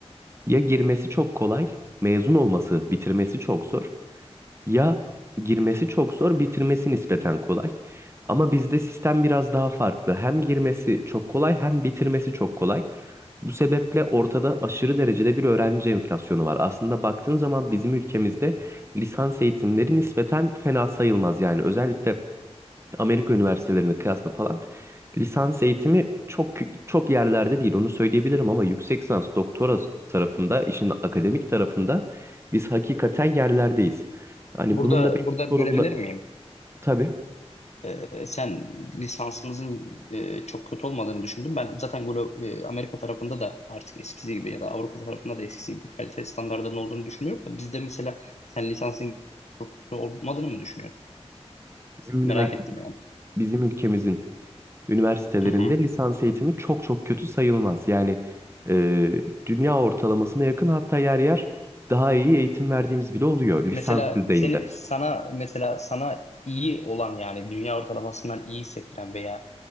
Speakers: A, on the right (about 25°); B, on the left (about 85°).
A: Ya girmesi çok kolay, mezun olması, bitirmesi çok zor. Ya girmesi çok zor, bitirmesi nispeten kolay. Ama bizde sistem biraz daha farklı. Hem girmesi çok kolay hem bitirmesi çok kolay. Bu sebeple ortada aşırı derecede bir öğrenci enflasyonu var. Aslında baktığın zaman bizim ülkemizde lisans eğitimleri nispeten fena sayılmaz. Yani özellikle Amerika üniversitelerine kıyasla falan lisans eğitimi çok çok yerlerde değil onu söyleyebilirim ama yüksek lisans doktora tarafında işin akademik tarafında biz hakikaten yerlerdeyiz. Hani
B: Burada
A: bunun da benim
B: burada
A: sorumlu
B: bölebilir miyim?
A: tabii
B: Ee, sen lisansımızın e, çok kötü olmadığını düşündüm. Ben zaten glo- e, Amerika tarafında da artık eskisi gibi ya da Avrupa tarafında da eskisi gibi kalite standartlarının olduğunu düşünmüyorum. da Bizde mesela sen lisansın kötü olmadığını mı düşünüyorsun?
A: bizim üniversite
B: Merak ettim yani.
A: bizim ülkemizin üniversitelerinde
B: Hı hı.
A: lisans eğitimi çok çok kötü sayılmaz. Yani e, dünya ortalamasına yakın hatta yer yer daha iyi eğitim verdiğimiz bile oluyor lisans
B: Mesela
A: düzeyinde.
B: seni sana mesela sana iyi olan yani dünya ortalamasından iyi hissettiren veya